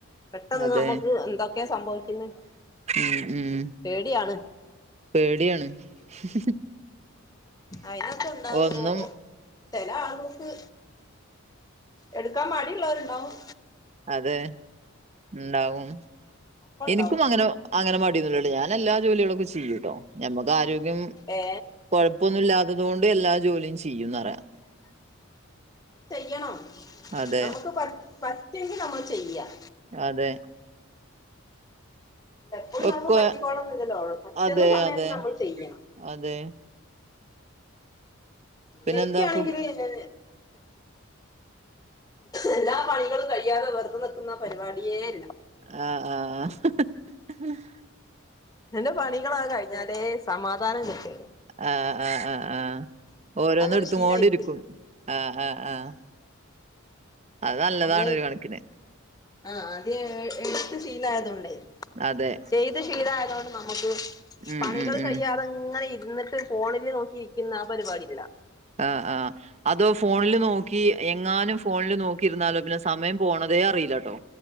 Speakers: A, on the left; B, on the right.
A: പെട്ടെന്ന്
B: അതെ
A: നമ്മുക്ക് എന്തൊക്കെയ സംഭവിക്കുന്ന്
B: ഉം ഉം
A: പേടിയാണ്.
B: പേടിയാണ്. ഉം
A: അയിനകത് ഉണ്ടാവ
B: ഒന്നും
A: ഓ ഓ ചില ആളുകൾക്ക് എടുക്കാൻ മടിഉളളവർണ്ടാവും.
B: അതെ ഉണ്ടാവും
A: ഒക്കെ ഉണ്ടാവും
B: എനിക്കും അങ്ങനെ. അങ്ങനെ മടിയൊന്നുമല്ല ഞാൻ എല്ലാ ജോലികളുംക്കെ ചെയ്യൂം കേട്ടോ ഞമ്മുക്ക് ആരോഗ്യം.
A: ഏ
B: ഇപ്പൊന്നും ഇല്ലാത്തതുകൊണ്ട്. എല്ലാ ജോലിയും ചെയ്യുംന്ന് അറിയാം
A: ചെയ്യണം
B: അതെ
A: നമുക്ക് പറ്റെങ്കിൽ നമ്മൾ ചെയ്യാം.
B: അതെ
A: എപ്പോഴും
B: ഒക്കെ
A: നമുക്ക് പറ്റിക്കോണം എന്നില്ലല്ലോ പറ്റുന്ന
B: അതെ
A: സമയത്ത്
B: അതെ
A: നമ്മൾ ചെയ്യ.
B: അതെ പിന്നെന്താ
A: എനിക്കാണെങ്കില്.
B: ഫുഡ്
A: ന് എല്ലാ പണികളും കഴിയാതെ വെറുത നിക്കുന്ന പരിപാടിയേ ഇല്ല.
B: ആഹ് ആഹ് ഉം
A: എന്റെ പണികളാ കഴിഞ്ഞാലേ സമാധാനം കിട്ടാളു.
B: ആഹ ആഹ് ആഹ് ആഹ ഓരോന്ന്
A: അങ്ങനെ
B: എടുത്ത്
A: ശീലായി
B: കൊണ്ടിരിക്കും.
A: പോയി
B: ആഹ് ആഹ് ആഹ് അത് നല്ലതാണ്
A: നമ്മള്
B: ഒരു കണക്കിന്.
A: ആ ആദ്യ എടുത്ത് സീല ആയതുകൊണ്ട്.
B: അതെ
A: ചെയ്ത് ശീലയതുകൊണ്ട് നമുക്ക്.
B: ഉം
A: പണികൾ
B: ഉം ഉം
A: കഴിയാതെങ്ങനെ ഇരുന്നിട്ട് ഫോണില് നോക്കി ഇരിക്കുന്ന ആ പരിപാടില.
B: ആ ആ് അതോ ഫോണിൽ നോക്കി എങ്ങാനും ഫോണിൽ നോക്കിയിരുന്നാലോ പിന്നെ സമയം പോണത്. അതേ അറിയില്ലാട്ടോ.